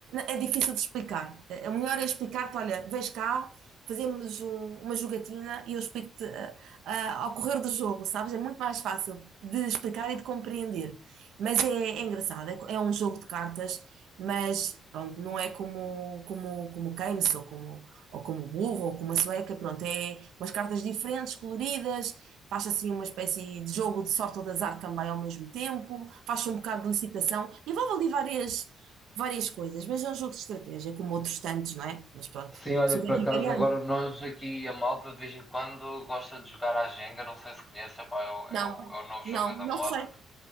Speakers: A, on the right; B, in the centre.
A: é difícil de explicar. É- O melhor é explicar-te, olha, vens cá, fazemos um- uma jogatina e eu explico-te ah, ah, ao correr do jogo, sabes? É muito mais fácil de explicar e de compreender. Mas é, é engraçado, é, co- é um jogo de cartas, mas pronto, não é como como como Keynes ou como ou como burro ou como a sueca, pronto, é umas cartas diferentes, coloridas, faz assim uma espécie de jogo de sorte ou de azar também ao mesmo tempo, faz um bocado de licitação, envolve ali várias, várias coisas, mas é um jogo de estratégia, como outros tantos, não é? Mas pronto,
B: Sim, olha,
A: você
B: por
A: tem
B: acaso
A: que ir variando.
B: agora nós aqui, a malta de vez em quando gosta de jogar à Jenga, não sei se conhece, epá, é, o, é
A: Não,
B: o- é o novo jogo
A: não,
B: da
A: não
B: moda.
A: sei.